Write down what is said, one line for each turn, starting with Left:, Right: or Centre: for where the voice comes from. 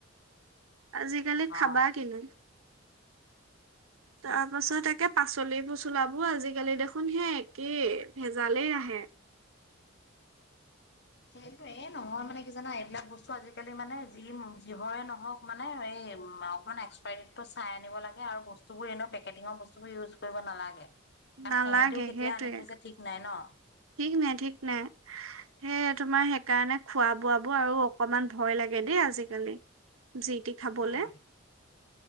Right: আজিকালি
Left: অ
Right: খাবা কিনি। তাৰ পাছত একে পাচলি-পচলাবোৰ আজিকালি দেখোন সেই একেই ভেজালেই আহে।
Left: সেইটোৱেই। এ নহয় মানে কি জানা, এইবিলাক বস্তু আজিকালি মানে যি যিহৰে নহওক মানে এই উম অকণমান এক্সপায়াৰী ডেটটো চাই আন লাগে আৰু বস্তুবোৰ এনেও পেকেটিংৰ বস্তুবোৰ ইউজ কৰিব নালাগে। কাৰণ
Right: নালাগে
Left: সিহঁতেও কেতিয়া
Right: সেইটোৱে
Left: আনি থৈছে ঠিক নাই ন।
Right: ঠিক নাই, ঠিক নাই। সেই তোমাৰ সেইকাৰণে খোৱা-বোৱাবোৰ আৰু অকণমান ভয় লাগে দেই আজিকালি। যিটি খাবলে।
Left: উম,